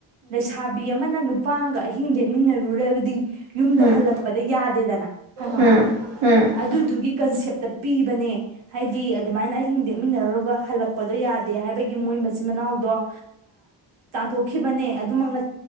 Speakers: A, on the right; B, on the right.
A: ꯂꯩꯁꯥꯕꯤ ꯑꯃꯅ ꯅꯨ ꯄꯥ ꯑꯃꯒ ꯑꯍꯤꯡ ꯂꯦꯛꯃꯤꯟꯅꯔꯨꯔꯒꯗꯤ ꯌꯨꯝꯗ
B: ꯎꯝ
A: ꯍꯜꯂꯛꯄꯗ ꯌꯥꯗꯦꯗꯅ ꯈꯪꯉꯕ
B: ꯎꯝ ꯎꯝ ꯎꯝ
A: ꯑꯗꯨꯗꯨꯒꯤ ꯀꯟꯁꯦꯞꯇ ꯄꯤꯕꯅꯦ ꯍꯥꯏꯗꯤ ꯑꯗꯨꯃꯥꯏꯅ ꯑꯍꯤꯡ ꯂꯦꯛꯃꯤꯟꯅꯔꯨꯔꯒ ꯍꯜꯂꯛꯄꯗꯣ ꯌꯥꯗꯦ ꯍꯥꯏꯕꯒꯤ ꯃꯣꯏ ꯃꯆꯤꯟ ꯃꯅꯥꯎꯗꯣ ꯇꯥꯟꯊꯣꯛꯈꯤꯕꯅꯦ ꯑꯗꯨꯃꯛꯅ